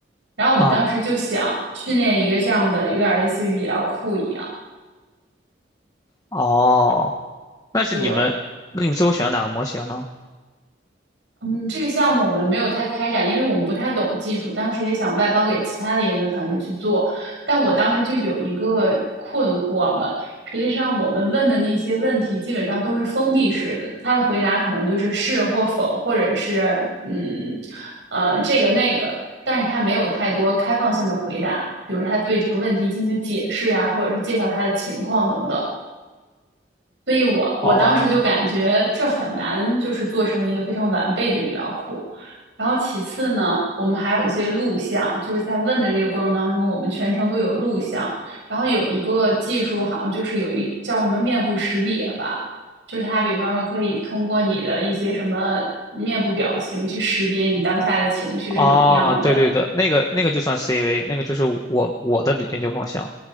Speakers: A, on the right (about 75°); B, on the left (about 20°).
A: 然后我们当时就想训练一个这样的，
B: 啊，
A: 有点类似于医疗库一样，
B: 哦，那是你们，
A: 对，
B: 那你们最后选了哪个模型呢？
A: 嗯，这个项目我们没有太开展，因为我们不太懂技术，当时也想外包给其他的研究团队去做，但我当时就有一个困惑吧。实际上，我们问的那些问题基本上都是封闭式的，他的回答可能就是是或否，或者是嗯呃这个那个，但是他没有太多开放性的回答，比如他对这个问题进行解释啊，或者是介绍他的情况等等。所以我我当时就感觉这很难，
B: 哦。
A: 就是做成一个非常完备的语料库。然后其次呢，我们还有一些录像，就是在问的这个过程当中，我们全程都有录像。然后有一个技术，好像就是有一叫什么面部识别吧，就是它比方说可以通过你的一些什么面部表情去识别你当下的情绪是怎么样的。
B: 啊，对对的，那个那个就算 CV，那个就是我我的研究方向，